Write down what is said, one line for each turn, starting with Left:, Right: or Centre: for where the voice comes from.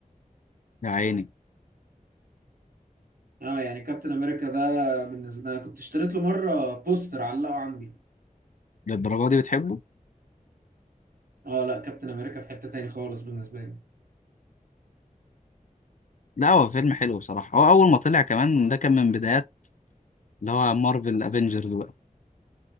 Left: يا عيني
Right: اه يعني كابتن امريكا ده بالنسبه لي أنا كنت اشتريت له مره بوستر علقه عندي
Left: للدرجة دي بتحبه؟
Right: اه لا كابتن امريكا في حته تاني خالص بالنسبه لي
Left: لا هو فيلم حلو بصراحة هو أول ما طلع كمان ده كان من بدايات اللي هو مارفل افنجرز بقى